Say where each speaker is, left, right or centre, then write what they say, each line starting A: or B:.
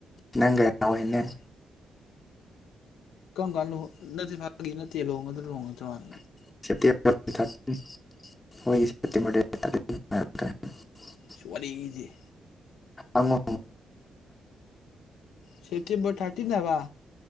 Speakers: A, on the left; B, on the left.
A: ꯅꯪꯒ ꯌꯥꯎꯋꯦꯅꯦ
B: ꯀꯔꯝ ꯀꯥꯟꯨꯣꯡ ꯅꯠꯇꯦ ꯐ ꯅꯠꯇꯦ ꯂꯍꯣꯡꯒꯗ ꯂꯨꯣꯡꯉꯅ
A: ꯆꯇ ꯊ ꯍ ꯍꯕ ꯇ
B: ꯁ ꯋꯥꯔꯤ ꯏꯗꯤꯦ
A: ꯑꯉ
B: ꯁꯤꯇꯤꯕ ꯇꯥꯇ ꯅꯕ